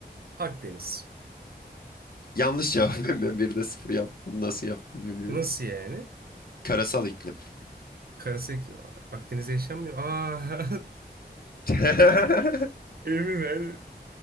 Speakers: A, on the right; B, on the left.
A: Akdeniz.
B: Yanlış cevap <laughs> ben bir de sıfır yaptım. Nasıl yaptım bilmiyorum.
A: Nasıl yani?
B: Karasal iklim.
A: Karası Akdeniz'de yaşanmıyor. Aa. <laughs>
B: <laughs>
A: Emin ben